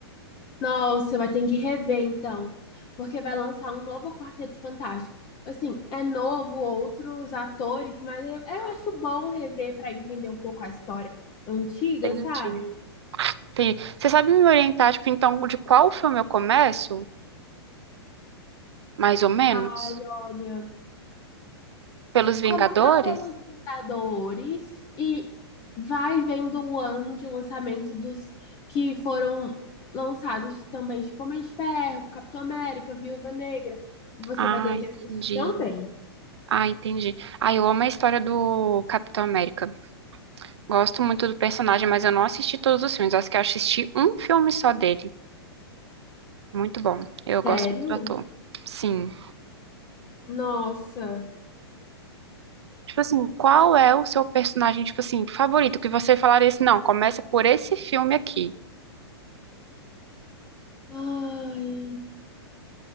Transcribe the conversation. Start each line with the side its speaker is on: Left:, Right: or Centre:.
Left: Nossa, vai ter que rever então, porque vai lançar um novo Quarteto Fantástico. Assim, é novo, outros atores, mas eu, eu acho bom rever para entender um pouco a história antiga,
Right: Entendi.
Left: sabe?
Right: Entendi. Você sabe me orientar, tipo, então, de qual filme eu começo? Mais ou menos?
Left: Ai, olha,
Right: Pelos Vingadores?
Left: Começa pelos Vingadores e vai vendo o ano de lançamento dos que foram lançados também, tipo Homem de Ferro, Capitão América, Viúva Negra. Você
Right: Ah,
Left: vai ter que
Right: entendi.
Left: assistir também.
Right: Ah, entendi. Ah, eu amo a história do Capitão América. Gosto muito do personagem, mas eu não assisti todos os filmes. Acho que eu assisti um filme só dele. Muito bom. Eu gosto
Left: Sério?
Right: muito do ator. Sim.
Left: Nossa.
Right: Tipo assim, qual é o seu personagem, tipo assim, favorito? Que você falaria assim, não, começa por esse filme aqui.
Left: Ai.